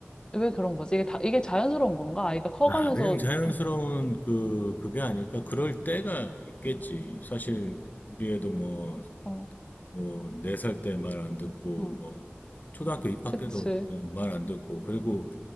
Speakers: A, on the left; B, on the left.
A: 왜 그런 거지? 이게 다, 이게 자연스러운 건가? 아이가 커가면서
B: 아, 그냥 자연스러운
A: 좀,
B: 그 그게 아닐까? 그럴 때가 있겠지. 사실 우리 애도 뭐
A: 어,
B: 뭐, 네 살 때 말 안 듣고,
A: 음,
B: 뭐, 초등학교 입학
A: 그치.
B: 때도 말 안 듣고, 그리고